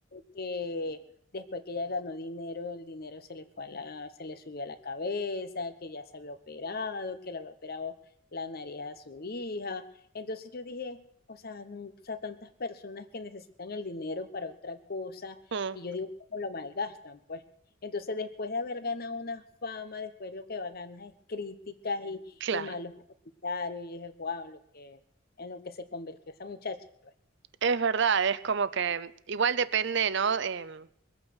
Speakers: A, on the left; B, on the right.
A: que después que ella ganó dinero, el dinero se le fue a la, se le subió a la cabeza, que ya se había operado, que le había operado la nariz a su hija. Entonces yo dije, o sea, no- o sea, tantas personas que necesitan el dinero para otra cosa,
B: mm,
A: y yo digo, ¿cómo lo malgastan? Pues. Entonces, después de haber ganado una fama, después lo que va a ganar es críticas y,
B: claro.
A: y malos comentarios. Y yo dije, wow, lo que, en lo que se convirtió esa muchacha, pues.
B: Es verdad, es como que igual depende, ¿no? Em,